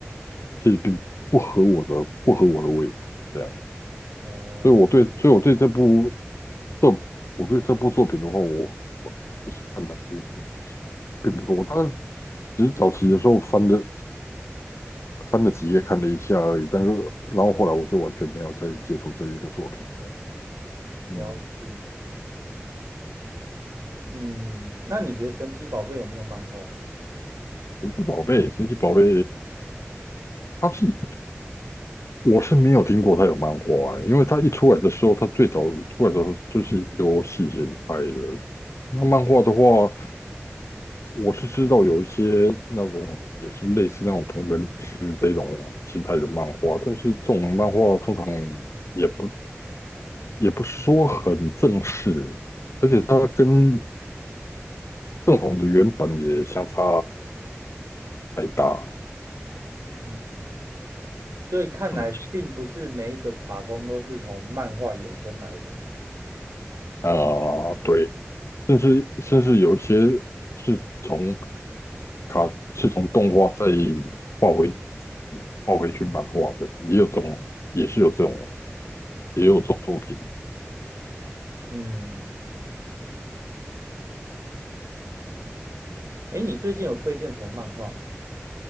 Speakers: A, on the left (about 70°); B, on the right (about 90°).
A: 就是并不合我的不合我的胃口，这样，
B: 哦，
A: 所以我对，所以我对这部这我对这部作品的话，我其实看的并不并不多，我大概只是早期的时候翻的翻了几页看了一下而已，但是然后后来我就完全没有再接触这一个作品了。嗯，
B: 了解。嗯，那你觉得神奇宝贝有没有漫画？
A: 神奇宝贝，神奇宝贝，它是我是没有听过他有漫画欸因为他一出来的时候，他最早出来的时候就是游戏形态的。那漫画的话，我是知道有一些那种也是类似那种同人志这种形态的漫画，但是这种漫画通常也不也不是说很正式，而且它跟正统的原版也相差太大。
B: 嗯。所以看来并不是每一个卡通都是从漫画衍生来的欸
A: 嗯啊、对。甚至甚至有一些是从卡是从动画再画回画回去漫画的，也有这种，也是有这种，也有这种作品。
B: 嗯，哎，你最近有推荐什么漫画吗？